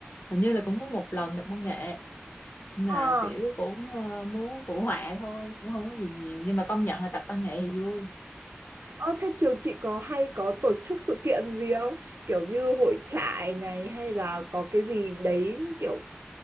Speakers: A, on the left (about 60°); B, on the right (about 80°).
A: hình như là cũng có một lần tập văn nghệ mà
B: ờ
A: kiểu cũng ờ, muốn phụ họa thôi cũng không có gì nhiều nhưng mà công nhận là tập văn nghệ thì vui
B: ơ thế trường chị có hay có tổ chức sự kiện gì không kiểu như hội trại này hay là có cái gì đấy kiểu